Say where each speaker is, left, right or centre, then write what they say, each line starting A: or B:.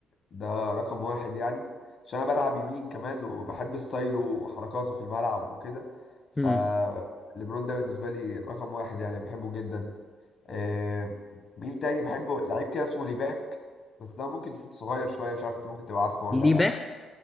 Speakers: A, on the left (about 50°); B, on the left (about 15°).
A: ده رقم واحد يعني عشان انا بلعب يمين كمان وبحب ستايله وحركاته في الملعب وكده فليبرون
B: امم
A: ده بالنسبه لي رقم واحد يعني بحبه جدا آه مين تاني بحبه لعيب كده اسمه ليباك بس ده ممكن يكون صغير شويه مش عارف انت ممكن تبقى عارفه ولا
B: ليه
A: لا
B: باك